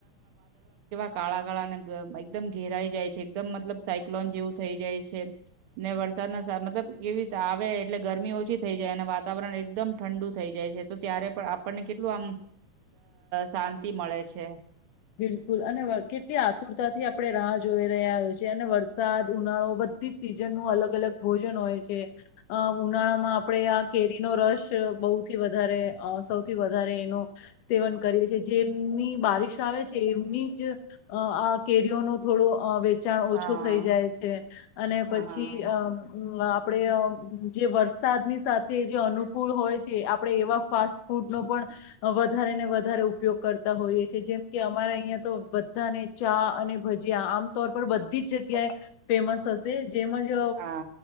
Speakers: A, on the right; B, on the left.
A: કળા ગાળા ન <inaudible> એકદમ ઘેરાઈ જાય છે. એકદમ મતલબ સાયક્લોન જેવું થઇ જાય છે. છે ને, વર વરસાદ મતલબ કેવી રીતે આવે એટલે ગરમી ઓછી થઈ જાય, અને વાતાવરણ એકદમ ઠંડુ થઈ જાય છે. તો ત્યારે પણ આપણને કેટલું આમ શાંત મળે છે.
B: બિલકુલ અને કેટલી આતુરતાથી આપણે રાહ જોઈ રહ્યા હોય છે. અને વરસાદ ઉનાળો બધી સીઝન નું અલગ અલગ ભોજન હોય છે. અ ઉનાળામાં આપણે આ કેરીનો રસ બહુથી વધારે સૌથી વધારે એનું સેવન કરીએ છીએ. જેમની બારિશ ચાલે છે એમની જ આ કેરીઓ નો થોડો વે વેચાણ
A: હા
B: ઓછો થઈ જાય છે. અને
A: હા
B: પછી અમ આપણે જે વરસાદની સાથે જે અનુકૂળ હોય છે. આપણે એવા ફાસ્ટ ફૂડનો પણ વધારે ને વધારે ઉપયોગ કરતા હોઈએ છીએ, જેમ કે અમારે અહિયાં તો બધાને ચા અને ભજીયા. આમ તોર પર બધી જ જગ્યાએ ફેમસ હશે. જેમ જ
A: હા